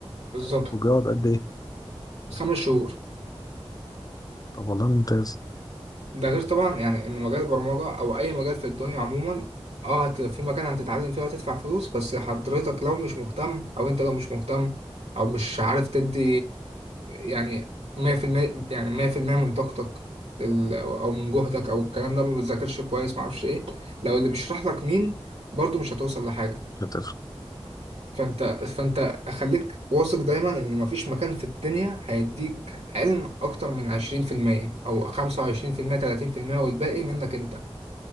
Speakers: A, on the right; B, on the left.
A: بالظبط
B: وبيقعد قد ايه
A: خمس شهور
B: طب والله ممتاز
A: ده غير طبعا يعني ان مجال البرمجه او اي مجال في الدنيا عموما اه هت... في مكان هتتعلم فيه وهتدفع فلوس بس حضرتك لو مش مهتم او انت لو مش مهتم او مش عارف تدي يعني 100% يعني 100% من طاقتك لل... او من جهدك او الكلام ده ما بتذاكرش كويس ما اعرفش ايه لو اللي بيشرح لك مين برضو مش هتوصل لحاجه
B: مش هتفرق
A: فانت فانت خليك واثق دايما ان مفيش مكان في الدنيا هيديك علم اكتر من 20% او 25% 30% والباقي منك انت